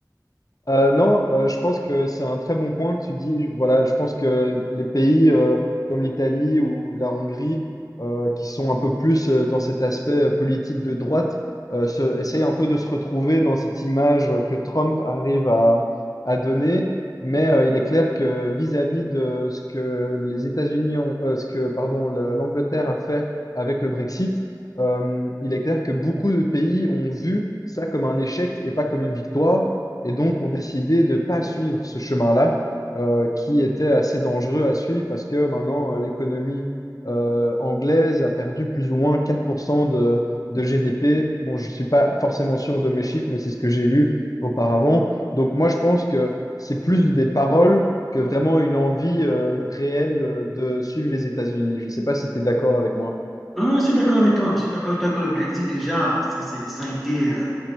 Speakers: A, on the left; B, in the centre.
A: Euh, non, euh, je pense que c'est un très bon point que tu dis. Voilà, je pense que les pays euh, comme l'Italie ou la Hongrie, euh, qui sont un peu plus euh, dans cet aspect euh, politique de droite, euh, se- essayent un peu de se retrouver dans cette image que Trump arrive à, à donner. Mais euh, il est clair que vis-à-vis de ce que les États-Unis ont, euh, ce que, pardon, le- l'Angleterre a fait avec le Brexit, euh, il est clair que beaucoup de pays ont vu ça comme un échec et pas comme une victoire et donc ont décidé de ne pas suivre ce chemin-là, euh, qui était assez dangereux à suivre parce que maintenant, euh, l'économie euh, anglaise a perdu plus ou moins 4% de, de GDP. Bon, je ne suis pas forcément sûr de mes chiffres, mais c'est ce que j'ai lu auparavant. Donc moi, je pense que c'est plus des paroles que vraiment une envie euh, réelle euh, de suivre les États-Unis. Je ne sais pas si tu es d'accord avec moi.
B: Non, non, je suis d'accord avec toi. Je suis d'accord avec toi que le Brexit, déjà, ça, c'est, ça a été euh,